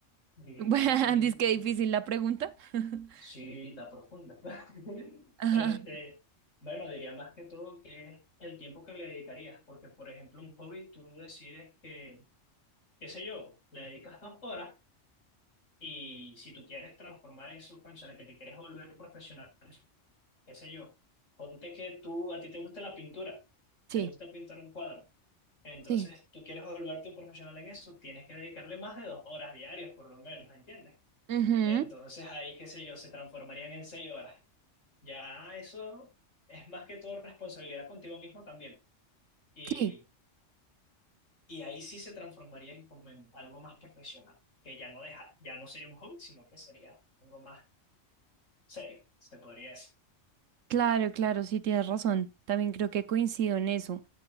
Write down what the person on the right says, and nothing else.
<laughs> Bueno,
dice que difícil la pregunta. <laughs>
Ajá.
Sí,
sí,
Ujú.
sí,
Claro, claro, sí, tienes razón. También creo que coincido en eso.